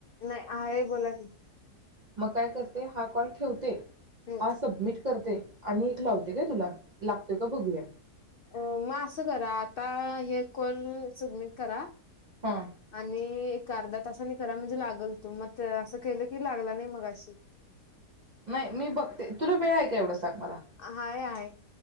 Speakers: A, on the left; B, on the right.
A: नाही आहे बोला की.
B: मग काय करते हा कॉल ठेवते.
A: हम्म
B: हा सबमिट करते आणि एक लावते काय तुला. ला त का बघूया.
A: अ मग असं करा आता हे कॉल सबमिट करा.
B: हा.
A: आणि एक अर्धा तासांनी करा म्हणजे लागल तू मग असं केलं की लागला नाही मगाशी.
B: नाही मी बघते तुला वेळ आहेय का एवढं. सांग मला
A: हाय हाय.